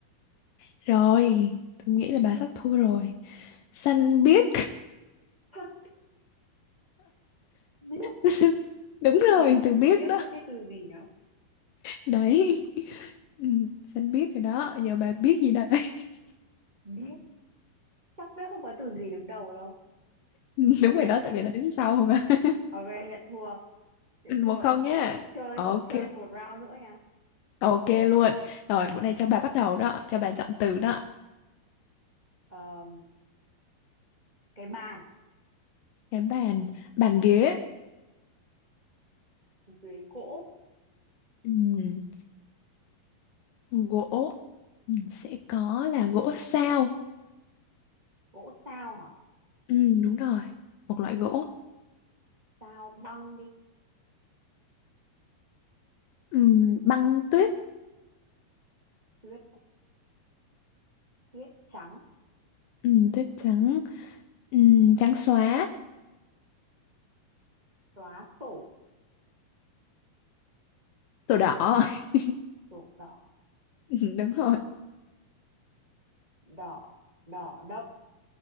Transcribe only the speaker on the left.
rồi tôi nghĩ là bà sắp thua rồi xanh biếc
<laughs> đúng rồi
từ biếc
đó
đấy <laughs> ừ, Xanh biết rồi đó giờ bà biết gì đây <laughs>
Ừ,
đúng rồi đó tại vì là đứng sau không à <laughs>
Ừ,
một không nhá
ok
<laughs> ok luôn rồi bữa nay cho bà bắt đầu đó cho bà chọn từ đó
cái bàn bàn ghế
Ừm, gỗ Ừm, sẽ có là gỗ sao
Ừm, đúng rồi một loại gỗ
Ừm, băng tuyết
Ừm, tuyết trắng Ừm, trắng xóa
đồ đỏ <laughs>
Ừm, đúng rồi